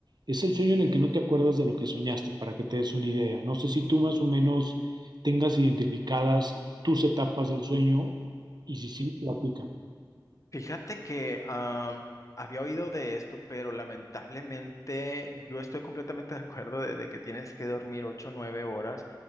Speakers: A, on the right (about 65°); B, on the left (about 45°).
A: es el sueño en el que no te acuerdas de lo que soñaste, para que te des una idea. No sé si tú más o menos tengas identificadas tus etapas del sueño, y si sí, platícame.
B: Fíjate que ah, había oído de esto, pero lamentablemente yo estoy completamente de acuerdo de, de que tienes que dormir ocho o nueve horas.